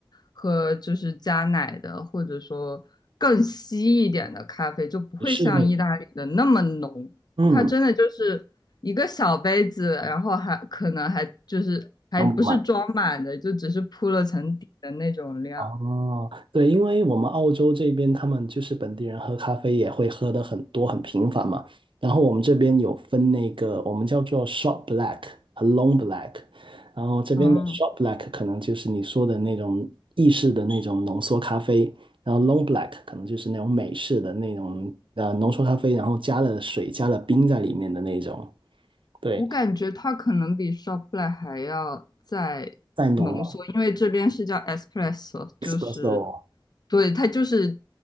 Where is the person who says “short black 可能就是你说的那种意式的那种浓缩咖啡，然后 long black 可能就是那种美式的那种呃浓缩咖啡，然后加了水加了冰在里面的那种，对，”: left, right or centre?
Right